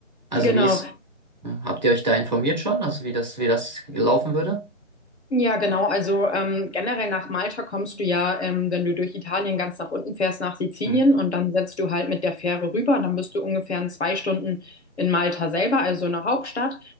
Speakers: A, on the right; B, on the left.
A: Also
B: genau.
A: wie ist, hm, habt ihr euch da informiert schon? Also wie das, wie das laufen würde?
B: Ja, genau. Also ähm, generell nach Malta kommst du ja, ähm, wenn du durch Italien ganz nach unten fährst, nach Sizilien
A: Hm.
B: und dann setzt du halt mit der Fähre rüber. Dann bist du ungefähr in zwei Stunden in Malta selber, also in der Hauptstadt.